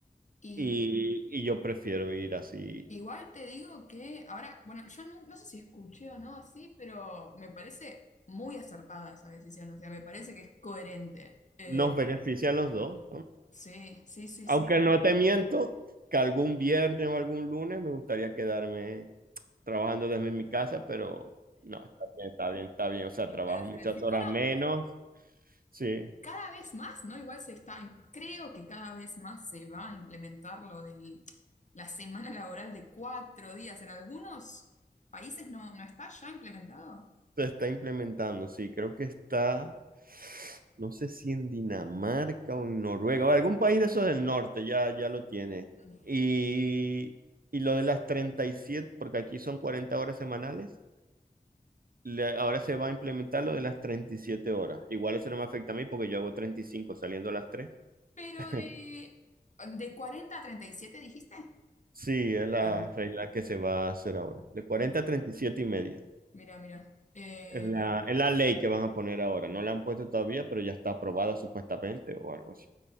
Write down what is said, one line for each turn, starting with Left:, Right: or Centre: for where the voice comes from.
Left: Y,
Right: y, y yo prefiero ir así,
Left: igual te digo que ahora, bueno, yo no, no sé si escuché o no así, pero me parece muy acertada esa decisión. O sea, me parece que es coherente. eh,
Right: nos beneficia a los dos,
Left: Sí, sí, sí,
Right: Aunque
Left: sí, sí.
Right: no te miento que algún viernes o algún lunes me gustaría quedarme trabajando desde mi casa, pero no, está bien, está bien, está bien. O sea,
Left: Y
Right: trabajo
Left: para hacer
Right: muchas
Left: el fit-
Right: horas
Left: Bueno,
Right: menos. Sí,
Left: cada vez más, ¿no? Igual se está, im- creo que cada vez más se va a implementar lo de la semana laboral de cuatro días. En algunos países no, no está ya implementado.
Right: se está implementando, sí, creo que está, no sé si en Dinamarca o en Noruega, o algún país de esos del norte ya, ya lo tiene.
Left: Mm.
Right: Y, y lo de las treinta y siete porque aquí son 40 horas semanales. le- ahora se va a implementar lo de las 37 horas. Igual eso no me afecta a mí porque yo hago 35 saliendo a las tres.
Left: Pero
Right: <laughs>
Left: de, de 40 a 37, dijiste.
Right: Sí, es la
Left: Claro,
Right: regla que se va a hacer ahora. De 40
Left: mira,
Right: a 37 y siete y media.
Left: mira, mira. Eh,
Right: Es la, es la ley que van a poner ahora. No la han puesto todavía, pero ya está aprobada supuestamente o algo así.